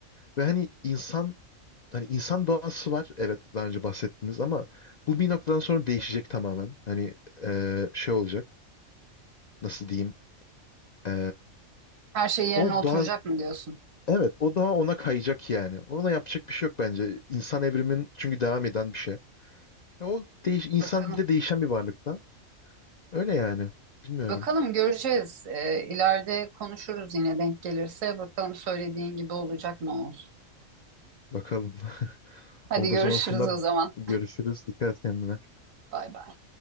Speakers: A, on the left; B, on the right.
A: Ve hani insan hani insan doğası var. Evet daha önce bahsettiniz ama bu bir noktadan sonra değişecek tamamen. Hani e, şey olacak. Nasıl diyeyim? E,
B: Her şey yerine
A: o
B: oturacak
A: doğa
B: mı diyorsun?
A: evet o doğa ona kayacak yani. Ona yapacak bir şey yok bence. İnsan evrimin çünkü devam eden bir şey. O değiş insan
B: Bakalım.
A: bir de değişen bir varlıkta. Öyle yani. Bilmiyorum.
B: Bakalım göreceğiz. Ee, ileride konuşuruz yine denk gelirse. Bakalım söylediğin gibi olacak mı olsun.
A: Bakalım. <laughs>
B: Hadi
A: Oldu
B: görüşürüz
A: o zaman Funda
B: o zaman.
A: görüşürüz. Dikkat et kendine.
B: Bay bay.